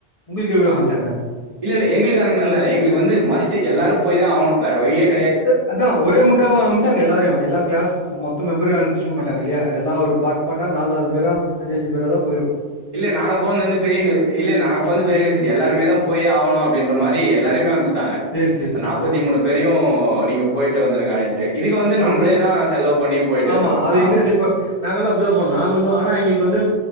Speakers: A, on the left; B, on the right.
A: உங்களுக்கு எப்டி
B: ஆஹ்
A: அனுப்ச்சாங்க
B: இல்லல்ல எங்குளுக்கு அந்த மாரியில்லா இல்ல எங்குளுக்கு வந்து மஸ்டி எல்லாரு போய்தா ஆவுணு வேற வலியே இல்
A: ஹ அதா ஒரே முட்டாவ அமைச்சா எல்லாரையு எல்லா கிளாஸ் மொத்த மெம்பரையு அனுப் ச்சு மாட்டாங்கில்லீயா எல்லா ஒரு பாட் பாட்டா நால் நால் பேர அஞ்சு அஞ்சு பேர்தாப்
B: இல்ல நாங்க போனது வந்து பெரியனு இல்ல நாங்க போனந்து பெரிய வீசிட்டி எல்லாருமே தா போயே ஆகணு அப்டின்ற மாரி ட்டி எல்லாரையுமே அமிச் ட்டாங்க
A: சேரி சேரி சேரி
B: நாப்பத்தி மூணு பேரையு நீங்க போயிட்டு வந்துருங்க இப்டி ட்டு இதுக்கு வந்து நம்புளேதா
A: எங்க
B: செலவு பண்ணி போயிட்டு
A: ஆமா
B: வரணும்.
A: அது
B: நான்
A: இன்டர்ன்ஷிப்பு நாங்குல்லா ப்ரோ இல்ல ப்ரோ நாங்குளா ஆனா எங்குளுக்கு வந்து